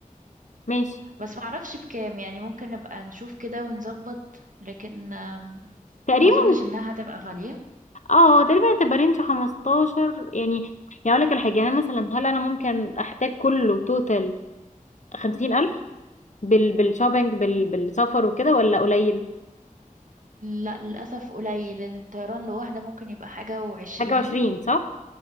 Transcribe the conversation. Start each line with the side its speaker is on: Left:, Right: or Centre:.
Left: ماشي
Right: بس معرفش بكام يعني ممكن نبقى نشوف كده ونظبط لكن آم،
Left: تقريبا
Right: ما اظنش انها هتبقى غالية
Left: اه تقريبا هتبقى رينج 15 يعني يعني اقول لك الحاجه يعني مثلا هل انا ممكن احتاج كله توتال 50000 بال بالشوبينج بال بالسفر وكده ولا قليل
Right: لا للاسف قليل لان الطيران لوحده ممكن يبقى حاجة وعشرين
Left: حاجه 20 صح